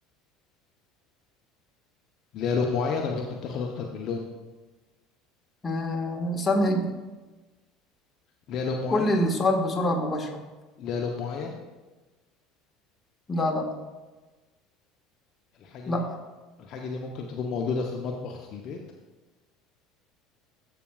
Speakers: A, on the left (about 50°); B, on the left (about 20°).
A: ليها لون معين ولا ممكن تاخد اكتر من لون
B: آه استني
A: ليها لون معين
B: قول لي السؤال بصورة مباشرة
A: ليها لون معين
B: لا لا
A: الحاجة
B: لا
A: دي الحاجة دي ممكن تكون موجودة في المطبخ في البيت